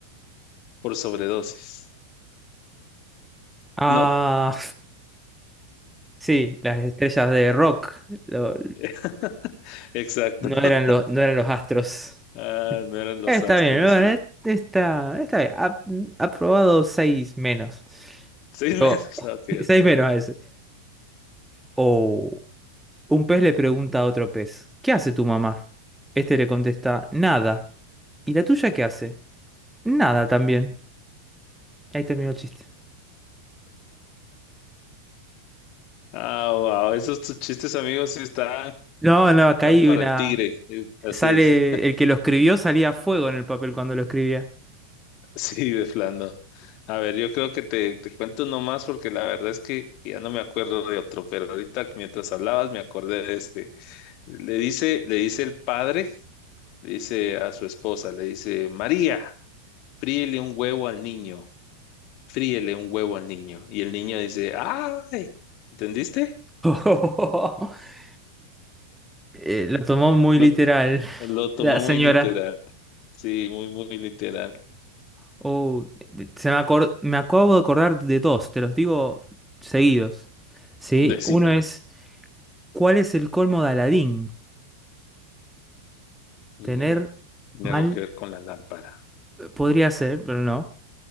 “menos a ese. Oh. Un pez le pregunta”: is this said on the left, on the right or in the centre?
Centre